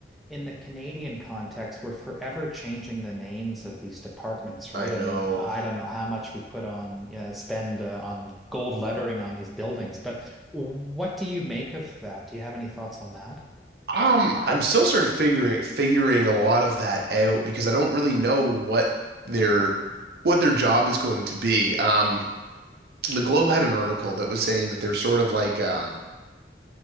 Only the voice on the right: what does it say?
I know.
Um, I'm still sort of figuring figuring a lot of that out because I don't really know what their what their job is going to be. Um, the Globe had an article that was saying that they're sort of like um